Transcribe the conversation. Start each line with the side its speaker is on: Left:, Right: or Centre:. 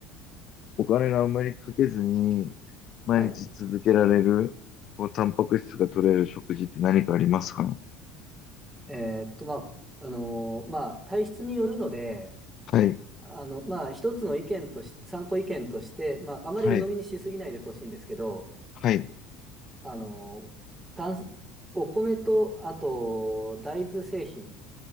Left: う、お金があんまりかけずに、毎日続けられる、
Right: はい。
Left: こう、タンパク質が取れる食事って何かありますか
Right: えーっと、まあ、あのーまあ、体質によるので、
Left: はい、
Right: あの、まあ、一つの意見とし、参考意見として、まあ、あまり鵜呑みにしすぎないでほしいんですけど、
Left: はい、はい、
Right: あの、炭お米と、あと、大豆製品。